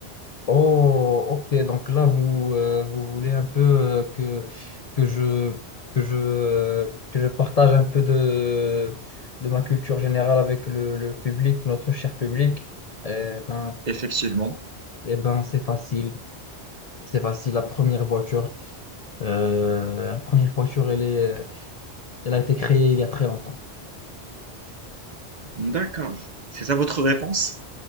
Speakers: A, on the left; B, on the right.
A: Oh, ok, donc là, vous, euh, vous voulez un peu euh, que, que je, que je, euh, que je partage un peu de, de ma culture générale avec le, le public, notre cher public. Eh ben,
B: Effectivement.
A: Eh ben, c'est facile. C'est facile. La première voiture, euh, la première voiture, elle est, elle a été créée il y a très longtemps.
B: D'accord. C'est ça votre réponse?